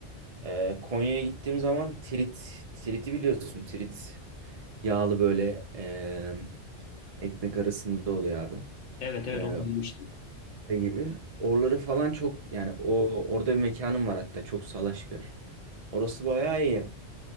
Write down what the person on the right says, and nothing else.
Ee, Konya'ya gittiğim zaman Tirit, Tirit'i biliyorsun, Tirit. Yağlı böyle em, ekmek arasında oluyor abi.
E,
şey gibi. Oraları falan çok yani o orada bir mekanım var hatta çok salaş bir yer. Orası bayağı iyi.